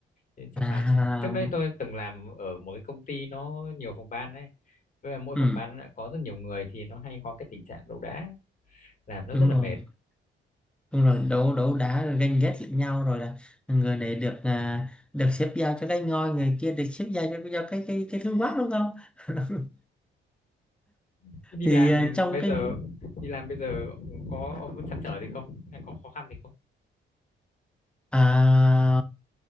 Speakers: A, on the left; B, in the centre.
A: Thế chẳng
B: à
A: hạn trước đây tôi từng làm ở một cái công ty nó nhiều phòng ban đấy Với là mỗi
B: ừ
A: phòng ban lại có rất nhiều người thì nó hay có cái tình trạng đấu đá làm nó
B: đúng
A: rất là
B: rồi
A: mệt
B: Đúng rồi đấu đấu đá rồi ganh ghét lẫn nhau rồi là người này được à, được xếp giao cho cái ngôi người kia được xếp giao cho, cho cái cái cái thương mát đúng không <laughs>
A: Thế đi
B: thì
A: làm
B: à, trong
A: bây
B: cái
A: giờ đi làm bây giờ có ông có trăn trở gì không hay có khó khăn gì không
B: à,